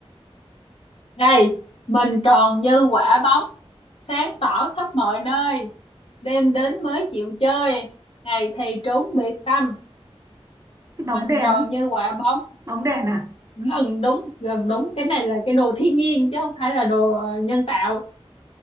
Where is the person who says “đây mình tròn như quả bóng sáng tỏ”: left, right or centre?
Left